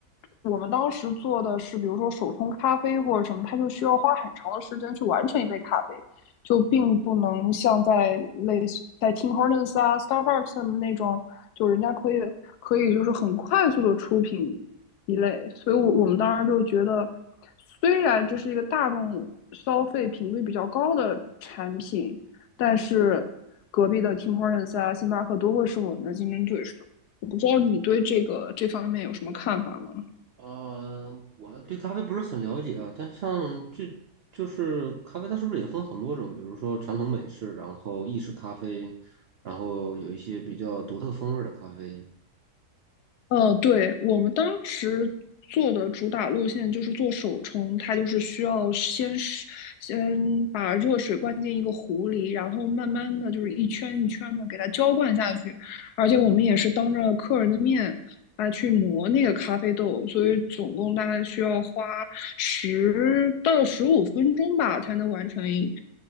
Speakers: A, on the left; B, on the right.
A: 我们当时做的是，比如说手冲咖啡或者什么，它就需要花很长的时间去完成一杯咖啡。就并不能像在类似在 Tim Hortons 啊、Starbucks 那种，就人家可以可以就是很快速的出品一类，所以我我们当时就觉得，虽然这是一个大众消费频率比较高的产品，但是隔壁的 Tim Hortons 啊、星巴克都会是我们的竞争对手。我不知道你对这个这方面有什么看法吗？
B: 呃，我对咖啡不是很了解啊，但像这就是咖啡，它是不是也分很多种？比如说传统美式，然后意式咖啡，然后有一些比较独特风味的咖啡。
A: 呃，对，我们当时做的主打路线就是做手冲，它就是需要先是先把热水灌进一个壶里，然后慢慢的就是一圈一圈的给它浇灌下去，而且我们也是当着客人的面来去磨那个咖啡豆，所以总共大概需要花十到十五分钟吧才能完成一。